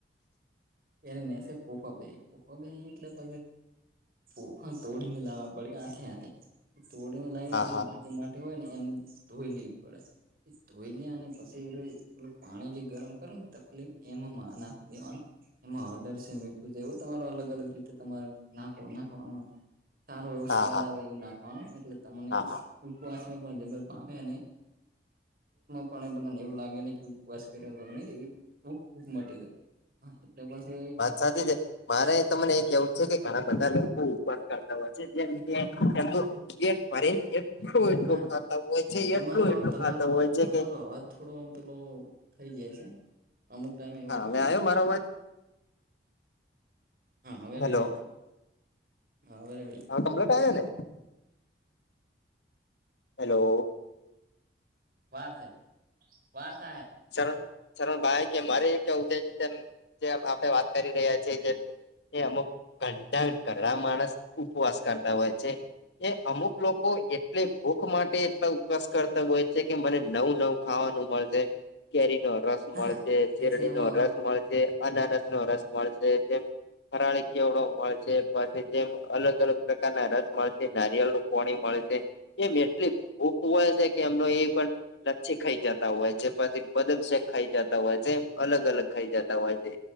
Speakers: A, on the right (about 55°); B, on the left (about 80°).
A: એને નેસે ફફા બે ફફા બે એટલે પ પોફા તોડીને લાવવા પડે આખે આખે તોડીને લઈ પછી
B: હા
A: માટી માટી હોય ને એને ધોઈ લેવી પડે એ ધોઈ લેની પછી પેલું પાણી જે ગરમ કરો ને તકલીફ એમાં ના દેવાનું એમાં હળદર છે મીઠું છે એવું તમારું અલગ અલગ રીતે તમારે નાખ નાખવાનું હતુ. સારો એવો સ્વાદ
B: હા હા
A: આવે એવું નાખવાનો એટલે તમને
B: હા
A: ઉપવાસ પણ જબર પામે અને પણ લાગે ને કે ઉપવાસ કર લ એ ભૂ ભૂક મટી જાયા એટલે પાસે
B: સાથે જ મારે તમને એ કેવું છે કે ઘણા બધા લોકો ઉપવા કરતા હોય છે જેનું બફરીને એટલું એટલું
A: હા
B: ખાતા હોય છે
A: તમારો
B: એટલું એટલું
A: તમારો
B: ખાતા હોય છે
A: તમારો
B: કે
A: અવાજ થોડો આમ પેલો થઈ જાય છે અમુક ટાઈમ એવોથ
B: હા
A: અને
B: હવે
A: અમુક
B: આવ્યો
A: ટાઈમ
B: મારો અવાજ
A: હા હવે
B: હેલો
A: રેડી હા હવે રેડી
B: હાવે કપલેટ આયો ને હેલો
A: વારથઇ વારથાય
B: શણ શરણ ભાઈ કે મારે કે છે જે આપે વાત કરી રહ્યા છેએ જે એ અમુક ઘડા ઘણા માણસ ઉપવાસ કરતા હોય છે. એ અમુક લોકો એટલે ભૂખ માટે એટલા ઉપવાસ કરતા હોય કે મને નવું નવું ખાવાનું મળશે કેરી નો રસ મળશે,
A: હા
B: ચેરડી
A: એટલે એમાં
B: નો રસ મળશે, અનાનસ નો રસ મળશે, જેમ ફરાળી કેવડો મળશે, પછી જેમ અલગ અલગ પ્રકારના રસ મળશે, નારિયળ નું પોણી મળશે, એમ એટલી ભખ હોય છે કે એમનો એ પણ લચ્છી ખાઈ જતા હોય જે પછી બદામ શેક ખાઈ જતા હોય છે, અલગ અલગ ખાઈ જતા હોય છે.